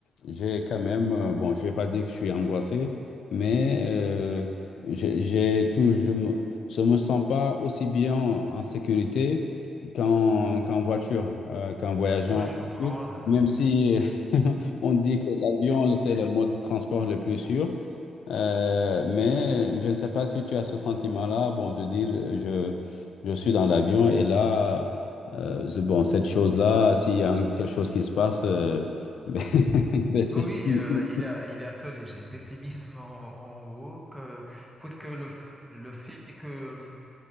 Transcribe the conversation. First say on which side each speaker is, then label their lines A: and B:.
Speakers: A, on the left; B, in the centre.
A: j'ai quand même, euh, bon, je vais pas dire que je suis angoissé, mais euh, j'ai j'ai tout, je me, je me sens pas aussi bien en sécurité qu'en qu'en voiture, euh, qu'en voyageant
B: Moi, je
A: en
B: comprends.
A: voiture,
B: euh,
A: même si <laughs> on dit que l'avion, c'est le mode de transport le plus sûr. Euh, mais je ne sais pas si tu as ce sentiment-là, bon, de dire euh, je, je suis dans l'avion et là, euh, c'est- bon, cette chose-là, s'il y a un- quelque chose qui se passe, euh, <laughs> ben, ben, c'est
B: Oui,
A: fini.
B: euh, il y a, il y a ce léger pessimisme en, en haut que, puisque le, f- le fait que